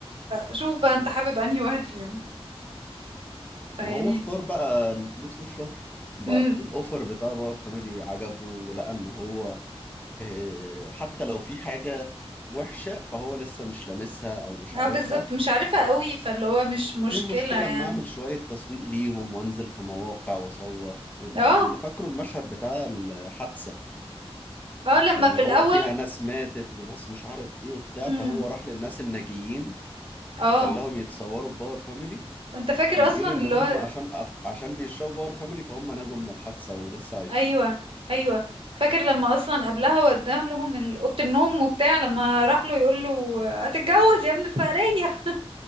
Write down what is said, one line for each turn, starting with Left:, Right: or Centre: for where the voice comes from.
Right: شوف بقى
Left: مم.
Right: انت حابب انهي واحد فيهم فيعني
Left: وهو اختار بقى الفلوس والشهرة بقى
Right: امم
Left: الاوفر بتاع باور فاميلي عجبه ولقى ان هو آه، حتى لو في حاجة وحشة فهو لسه مش لامسها او مش
Right: اه
Left: عارفها
Right: بالظبط مش عارفة قوي فاللي هو مش مشكلة
Left: ايه المشكلة
Right: يعني
Left: اما اعمل شوية تسويق ليهم وانزل في مواقع واصور واللي
Right: اه
Left: فاكره المشهد بتاع الحادثة
Right: اه لما
Left: اللي
Right: في
Left: هو
Right: الاول
Left: فيها ناس ماتت وناس مش عارف ايه وبتاع
Right: امم
Left: فهو راح للناس الناجيين
Right: اه
Left: وخلاهم يتصوروا بباور فاميلي
Right: انت فاكر
Left: ويقول
Right: اصلا
Left: ان
Right: اللي
Left: هم
Right: هو
Left: عشان أخ... عشان بيشربوا باور فاميلي فهم نجوا من الحادثة ولسه عايشين
Right: ايوه ايوه فاكر لما اصلا قبلها وداه لهم ال- اوضه النوم وبتاع لما راح له يقول له هتتجوز يا ابن الفقريه <laughs>